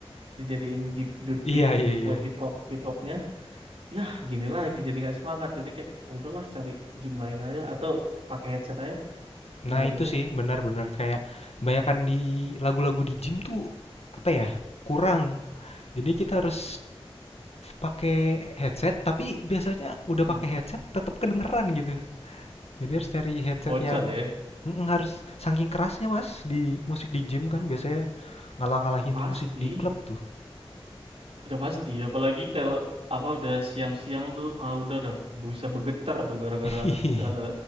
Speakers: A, on the right (about 75°); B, on the left (about 85°).
A: dijadiin di dude
B: Iya,
A: beat
B: iya,
A: buat
B: iya.
A: hip hop hip hopnya. Ya gini lagi jadi nggak semangat. Jadi kayak "Ya udahlah cari gym lain aja atau pakai headset aja dengerinnya.
B: Nah, itu sih benar-benar kayak kebanyakan di lagu-lagu di gym tuh apa ya? Kurang. Jadi kita harus pakai headset, tapi biasanya udah
A: Mm.
B: pakai headset tetap kedengeran gitu. Jadi harus cari headset
A: Bocor
B: yang
A: ya.
B: Mm-mm, harus saking kerasnya mas di musik di gym kan biasanya ngalah-ngalahin
A: Pasti
B: musik di klub tuh.
A: Udah pasti, apalagi kalau apa udah siang-siang tuh, ah udah dah bisa bergetar tuh gara-gara
B: <laughs>
A: eh,